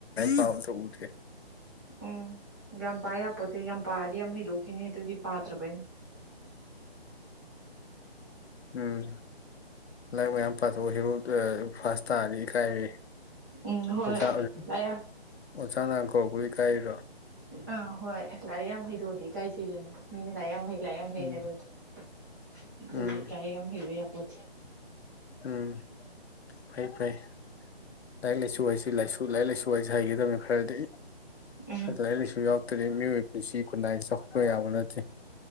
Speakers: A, on the left (about 80°); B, on the right (about 15°).
A: ꯄ ꯇꯕꯨꯗꯦ
B: ꯎꯝ ꯌꯥꯝ ꯄꯥꯌꯥꯄꯣꯠꯇꯦ ꯌꯥꯝ ꯄꯥꯔꯗꯤ ꯌꯥꯝ ꯍꯩꯗꯣꯛꯈꯤꯅꯤ ꯑꯗꯨꯒꯤ ꯄꯥꯗ꯭ꯔꯕꯅ
A: ꯎꯝ ꯂꯥꯏꯔꯤꯛ ꯃꯌꯥꯝ ꯄꯥꯊꯣꯛꯑꯣ ꯍꯦꯔꯣ ꯐꯥꯁ ꯇꯥꯔꯗꯤ ꯏꯀꯥꯏꯔꯤ
B: ꯎꯝ ꯍꯣꯏ
A: ꯑꯣꯖꯥ
B: ꯂꯥꯏꯔꯤꯛ
A: ꯑꯣꯖꯥꯅ ꯀꯣ ꯀꯏ ꯀꯥꯏꯔ
B: ꯑꯥ ꯍꯣꯏ ꯂꯥꯏꯔꯤꯛ ꯌꯥꯝ ꯍꯩꯗꯑꯗꯤ ꯏꯀꯥꯏꯁꯤꯦꯗꯅ ꯃꯤꯅꯥꯏꯛ ꯌꯥꯝ ꯍꯩ ꯂꯥꯏꯛ ꯌꯥꯝ ꯍꯩ
A: ꯎꯝ
B: ꯍꯥꯏꯔꯣꯏ ꯑꯗꯨꯣ ꯑꯗꯨꯗꯤ
A: ꯎꯝ
B: ꯂꯥꯏꯔꯤꯛ ꯌꯥꯝ ꯍꯩꯕ ꯌꯥ ꯃ
A: ꯎꯝ ꯐꯩ ꯐꯩ ꯂꯥꯏꯔꯤꯛ ꯂꯥꯏꯁꯨ ꯍꯥꯏꯁꯤ ꯂꯥꯏꯁꯨ ꯂꯥꯏꯔꯤꯛ ꯂꯥꯏꯁꯨ ꯍꯥꯏꯁꯤ ꯍꯩꯒꯗꯕꯅꯤ ꯈꯔꯗꯤ
B: ꯎꯝ
A: ꯂꯥꯏꯔꯤꯛ ꯂꯥꯏꯁꯨ ꯌꯥꯎꯗ꯭ꯔ ꯃꯤꯑꯣꯏꯕ ꯄꯨꯟꯁꯤ ꯈꯨꯟꯅꯥꯏꯗ ꯆꯥꯎꯈꯠꯄ ꯌꯥꯕ ꯅꯠꯇꯦ